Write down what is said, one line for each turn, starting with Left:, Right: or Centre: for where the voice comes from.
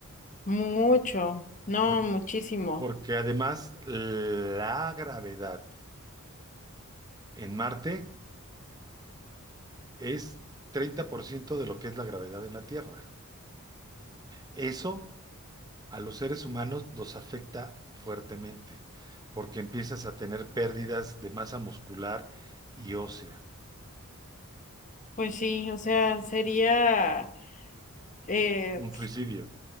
Left: mucho, no,
Right: Por-
Left: muchísimo.
Right: porque además la gravedad en Marte es 30% de lo que es la gravedad en la Tierra. Eso a los seres humanos nos afecta fuertemente, porque empiezas a tener pérdidas de masa muscular y ósea,
Left: Pues sí, o sea, sería, eh,
Right: un suicidio.